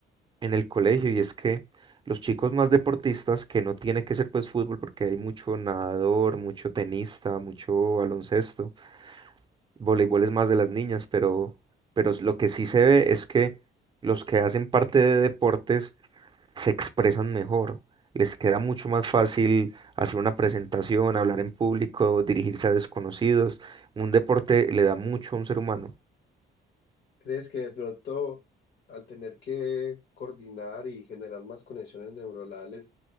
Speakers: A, on the right (about 25°); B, on the left (about 60°).
A: en el colegio y es que los chicos más deportistas, que no tiene que ser pues fútbol porque hay mucho nadador, mucho tenista, mucho baloncesto, voleibol es más de las niñas, pero, pero s- lo que sí se ve es que los que hacen parte de deportes se expresan mejor, les queda mucho más fácil hacer una presentación, hablar en público, dirigirse a desconocidos. Un deporte le da mucho a un ser humano,
B: ¿Crees que de pronto al tener que coordinar y generar más conexiones neuronales,